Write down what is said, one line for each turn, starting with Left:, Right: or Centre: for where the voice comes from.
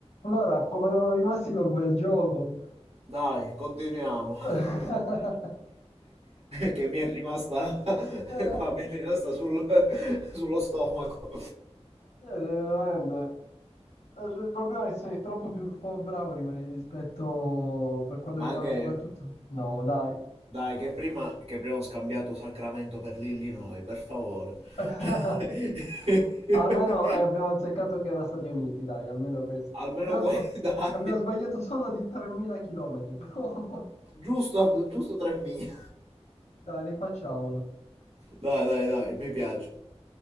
Left: Allora, come erano rimasti con quel gioco?
Right: Dai, continuiamo. <laughs>
Left: <laughs>
Right: Che mi è rimasta <laughs>
Left: Eh,
Right: qua, mi è rimasta sul- sullo stomaco.
Left: eh, veramente. Eh, Il problema è che sei troppo più fo- bravo rimani rispetto per quanto
Right: Ma
Left: riguarda
Right: anche,
Left: soprattutto. No, dai.
Right: dai, che prima, che prima ho scambiato Sacramento per l'Illinois, per favore.
Left: <laughs>
Right: <laughs>
Left: Almeno eh, abbiamo azzeccato che era Stati Uniti, dai, almeno questo.
Right: Almeno
Left: Abbiamo,
Right: qua,
Left: sba-
Right: dai.
Left: abbiamo sbagliato solo di 3.000 km, però <laughs>
Right: Giusto, giusto 3.000.
Left: dai, rifacciamolo.
Right: Dai, dai, dai, mi piace.